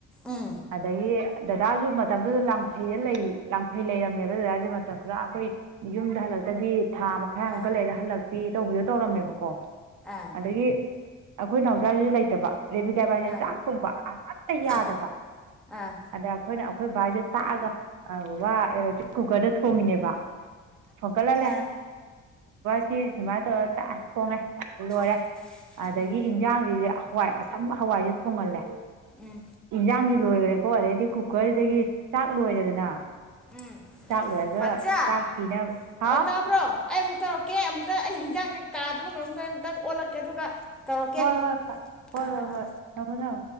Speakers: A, in the centre; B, on the right.
A: ꯎꯝ
B: ꯑꯗꯒꯤ ꯗꯗꯥꯁꯨ ꯃꯇꯝꯗꯨꯗ ꯂꯥꯡꯐꯩꯗ ꯂꯩ ꯂꯥꯡꯐꯩ ꯂꯩꯔꯝꯃꯦꯕ ꯗꯗꯥꯁꯦ ꯃꯇꯝ ꯈꯔ ꯑꯩꯈꯣꯏ ꯌꯨꯝꯗ ꯍꯜꯂꯛꯇꯕꯤ ꯊꯥ ꯃꯈꯥ ꯑꯃꯨꯛꯀ
A: ꯑꯥ
B: ꯂꯩꯔ ꯍꯜꯂꯛꯄꯤ ꯇꯧꯕꯤꯗꯣ ꯇꯧꯔꯝꯃꯦꯕꯀꯣ
A: ꯑꯥ
B: ꯑꯗꯒꯤ ꯑꯩꯈꯣꯏ ꯅꯥꯎꯁꯥꯁꯤꯁꯨ ꯂꯩꯇꯕ ꯔꯦꯕꯤ ꯀꯥꯏꯕꯥꯁ
A: ꯑꯥ
B: ꯆꯥꯛ ꯊꯣꯡꯕ ꯑꯃꯠꯇ ꯌꯥꯗꯕ
A: ꯑꯥ ꯑꯥ
B: ꯑꯗ ꯑꯩꯈꯣꯏꯅ ꯑꯩꯈꯣꯏ ꯚꯕꯥꯏꯁꯦ ꯇꯥꯛꯑꯒ ꯕꯕꯥ ꯑꯦꯂꯦꯛꯇ꯭ꯔꯤꯛ ꯀꯨꯀꯔꯗ ꯊꯣꯡꯉꯤꯅꯦꯕ ꯐꯀꯠꯍꯜꯂꯦ
A: ꯑꯥ
B: ꯁꯤ ꯁꯨꯃꯥꯏꯅ ꯇꯧꯔ ꯊꯣꯡꯉꯦ ꯂꯣꯏꯔꯦ
A: ꯑꯥ
B: ꯑꯗꯒꯤ
A: ꯎꯝ
B: ꯏꯟꯁꯥꯡꯁꯤꯁꯦ ꯍꯋꯥꯏ ꯑꯁꯝꯕ ꯍꯋꯥꯏꯁꯦ ꯊꯣꯡꯍꯜꯂꯦ
A: ꯎꯝ
B: ꯏꯟꯁꯥꯡꯗꯤ ꯂꯣꯏꯈ꯭ꯔꯦꯀꯣ ꯑꯗꯩꯗꯤ ꯀꯨꯀꯔꯁꯤꯗꯒꯤ ꯆꯥꯛ ꯂꯣꯏꯔꯦꯗꯅ
A: ꯎꯝ
B: ꯆꯥꯛ ꯂꯣꯏꯔꯒ
A: ꯄꯆꯥ
B: ꯆꯥꯛ ꯊꯤꯅꯕ ꯍꯥ
A: ꯑꯣ ꯇꯥꯕ꯭ꯔꯣ ꯑꯩ ꯑꯃꯨꯛ ꯇꯧꯔꯛꯀꯦ ꯑꯃꯨꯛꯇ ꯑꯩ ꯍꯤꯟꯖꯥꯡꯁꯦ ꯀꯥꯗꯅ ꯀꯩꯅꯣꯝ ꯇꯧꯔꯦ ꯑꯃꯨꯛꯇꯪ ꯑꯣꯜꯂꯛꯀꯦ ꯑꯗꯨꯒ ꯇꯧꯔꯛꯀꯦ
B: ꯍꯣꯏ ꯍꯣꯏ ꯍ ꯍꯣꯏ
A: ꯑꯥ
B: ꯍꯣꯏ
A: ꯑꯥ
B: ꯍꯣꯏ
A: ꯑꯥ
B: ꯊꯃꯣ ꯊꯝ